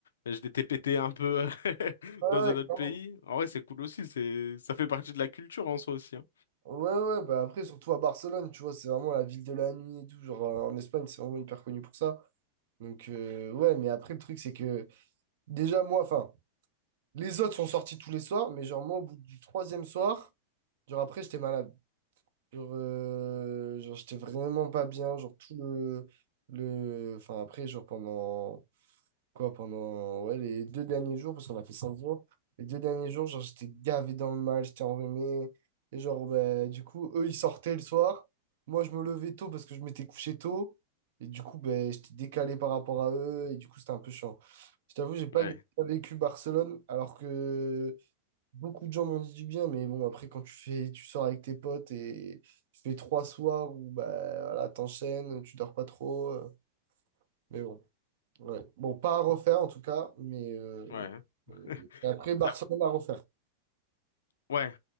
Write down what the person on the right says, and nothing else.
Ouais,
ouais,
clairement.
ouais, ouais, bah après, surtout à Barcelone, tu vois, c'est vraiment la ville de la nuit et tout. Genre, euh, en Espagne, c'est vraiment hyper connu pour ça. Donc, euh, ouais, mais après, le truc, c'est que déjà, moi, enfin, les autres sont sortis tous les soirs, mais genre, moi, au bout du troisième soir, genre, après, j'étais malade. Genre, euh, genre, j'étais vraiment pas bien. Genre, tout le, le. Enfin, après, genre, pendant. Quoi, pendant. Ouais, les deux derniers jours, parce qu'on a fait cinq jours. Les deux derniers jours, genre, j'étais gavé dans le mal, j'étais enrhumé. Et genre, bah, du coup, eux, ils sortaient le soir. Moi, je me levais tôt parce que je m'étais couché tôt. Et du coup, ben j'étais décalé par rapport à eux. Et du coup, c'était un peu chiant. Je t'avoue, j'ai pas
vécu Barcelone alors que. Beaucoup de gens m'ont dit du bien, mais bon, après, quand tu fais, tu sors avec tes potes et tu fais trois soirs où bah, voilà, t'enchaînes, tu dors pas trop. euh, mais bon, ouais. Bon, pas à refaire en tout cas, mais euh,
et après, Barcelone
à refaire.